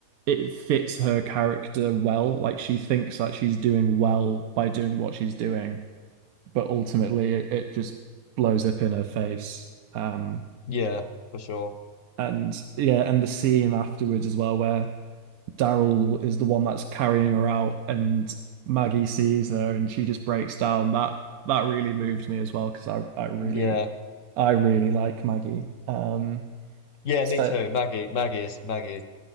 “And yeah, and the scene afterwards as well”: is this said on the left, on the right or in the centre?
Right